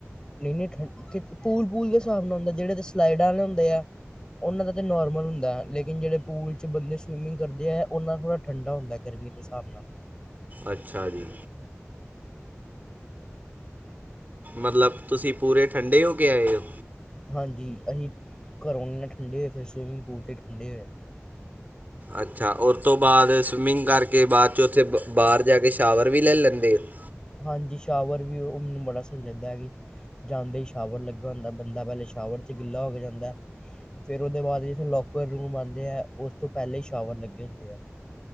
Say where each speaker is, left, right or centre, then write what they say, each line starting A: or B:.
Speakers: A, on the left; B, on the right.
A: ਨਹੀਂ ਠ ਪੂਲ- ਪੂਲ ਦੇ ਹਿਸਾਬ ਨਾ ਹੁੰਦਾ ਜਿਹੜੇ ਉੱਥੇ ਸਲਾਈਡਾਂ ਵਾਲੇ ਹੁੰਦੇ ਆ। ਉਹਨਾਂ ਦਾ ਤਾਂ ਨੋਰਮਲ ਹੁੰਦਾ ਹੈ। ਲੇਕਿਨ ਜਿਹੜੇ ਪੂਲ 'ਚ ਬੰਦੇ ਸਵੀਮਿੰਗ ਕਰਦੇ ਹੈ। ਉਹਨਾਂ ਦਾ ਥੋੜਾ ਠੰਡਾ ਹੁੰਦਾ ਗਰਮੀ ਦੇ ਹਿਸਾਬ ਨਾਲ।
B: ਅੱਛਾ ਜੀ। ਮਤਲਬ ਤੁਸੀਂ ਪੂਰੇ ਠੰਡੇ ਹੋ ਕੇ ਆਏ ਹੋ।
A: ਹਾਂਜੀ ਅਸੀਂ ਘਰੋਂ ਨਹੀ ਨਾ ਠੰਡੇ ਹੋਏ ਫੇਰ ਸਵੀਮਿੰਗ ਪੂਲ ਤੇ ਠੰਡੇ ਹੋਏ।
B: ਅੱਛਾ ਉਹ ਤੋਂ ਬਾਅਦ ਸਵੀਮਿੰਗ ਕਰਕੇ ਬਾਅਦ 'ਚ ਉੱਥੇ ਬ ਬਾਹਰ ਜਾ ਕੇ ਸ਼ਾਵਰ ਵੀ ਲੈ ਲੈਂਦੇ ਹੋ।
A: ਹਾਂਜੀ ਸ਼ਾਵਰ ਵੀ ਉਹ ਮੈਨੂੰ ਬੜਾ ਸਹੀ ਲੱਗਦਾ ਇਹ ਵੀ। ਜਾਂਦੇ ਹੀ ਸ਼ਾਵਰ ਲੱਗਾ ਹੁੰਦਾ, ਬੰਦਾ ਪਹਿਲਾਂ ਸ਼ਾਵਰ 'ਚ ਗਿੱਲਾ ਹੋ ਕੇ ਜਾਂਦਾ। ਫੇਰ ਉਹਦੇ ਬਾਅਦ ਜਿੱਥੇ ਲੋਕੌਰ ਰੂਮ ਆਉਂਦੇ ਹੈ। ਉਸ ਤੋਂ ਪਹਿਲੇ ਹੀ ਸ਼ਾਵਰ ਲੱਗੇ ਹੁੰਦੇ ਹੈ।